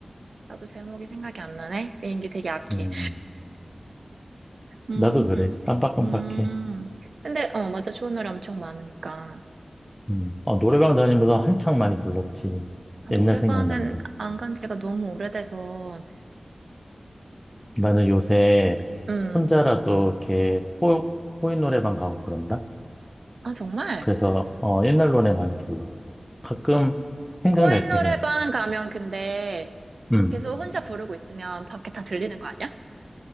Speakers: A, on the right (about 80°); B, in the centre.
A: 나도 제목이 생각이 안 나네. 내 연기 되게 약해.
B: 음
A: 음,
B: 나도 그래 깜빡깜빡해.
A: 음. 근데, 어, 맞아. 좋은 노래 엄청 많으니까.
B: 음 어, 노래방 다니면서 한창 많이 불렀지.
A: 아,
B: 옛날
A: 노래방은
B: 생각난다.
A: 안 간 지가 너무 오래돼서,
B: 나는 요새
A: 음.
B: 혼자라도 이렇게 코 코인 노래방 가고 그런다.
A: 아, 정말?
B: 그래서 어, 옛날 노래 많이 불러. 가끔 생각날
A: 코인
B: 때가
A: 노래방
B: 있어.
A: 가면 근데
B: 음.
A: 계속 혼자 부르고 있으면 밖에 다 들리는 거 아니야?